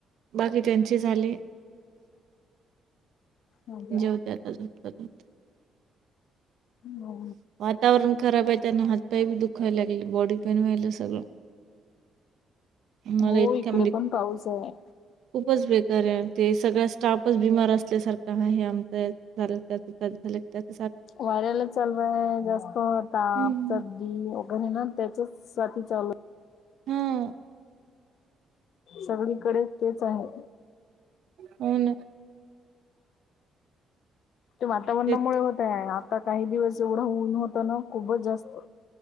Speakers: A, on the right (about 75°); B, on the left (about 70°).
A: बाकी त्यांची झाली.
B: अच्छा.
A: जेवत्याला ज.
B: हो.
A: वातावरण खराब आहे. त्यांना हातपाय बी दुखायला लागले. बॉडी पेन व्हायला सगळं. मला
B: हो
A: इतक्या
B: इकडे
A: म्हणजे.
B: पण पाऊस आहे
A: खूपच बेकार आहे. ते सगळ्या स्टाफच बीमार असत. सारखं हे आम झा. झा.
B: वाऱ्यालाच चालवाय जास्त आता
A: हं.
B: तर वगैरे ना त्याच्याच. चालू
A: हां.
B: सगळी, कडे तेच आहे.
A: होन.
B: ते वातावरणामुळे
A: तेच
B: होतय. आता काही दिवस एवढं ऊन होतं. ना खूपच जास्त.